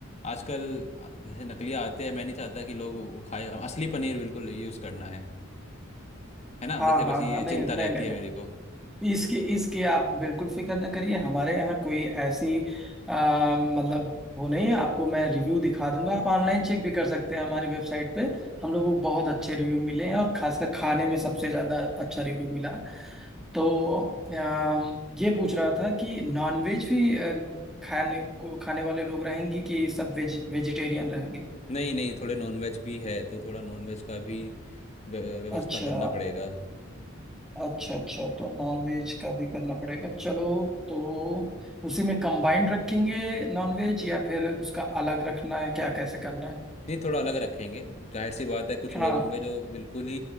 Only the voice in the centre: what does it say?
हाँ
हाँ
हाँ नहीं
नहीं
नहीं
नहीं
इसकी इसकी आप बिल्कुल फिक्र न करिए हमारे यहाँ कोई ऐसी आ, मतलब वो नहीं है आपको मैं रिव्यू दिखा दूंगा आप ऑनलाइन चेक भी कर सकते हैं हमारी वेबसाइट पे हम लोगों को बहुत अच्छे रिव्यू मिले हैं और खासकर खाने में सबसे ज़्यादा अच्छा रिव्यू मिला तो आ, ये पूछ रहा था कि नॉनवेज भी आ, खाने को खाने वाले लोग रहेंगे कि सब वेज वेजिटेरियन रहेंगे
अच्छा
अच्छा अच्छा तो नॉन वेज का भी करना पड़ेगा चलो तो उसी में कंबाइंड रखेंगे नॉन वेज या फिर उसका अलग रखना है क्या कैसे करना है
हाँ